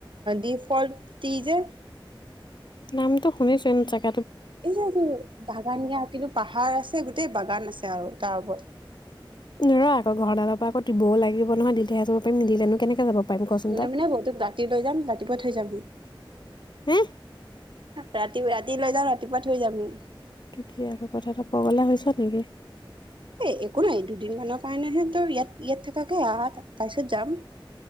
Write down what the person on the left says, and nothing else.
নামটো শুনিছো চাগে,
নোৱাৰো আকৌ ঘৰদালৰ পৰা আকৌ দিবও লাগিব নহয় দিলেহে যাব পাৰিম নিদিলেনো কেনেকে যাব। পাৰিম কচোন
তই
হা।
তই কি এইবোৰ কথাত ও পগলা হৈছ নেকি?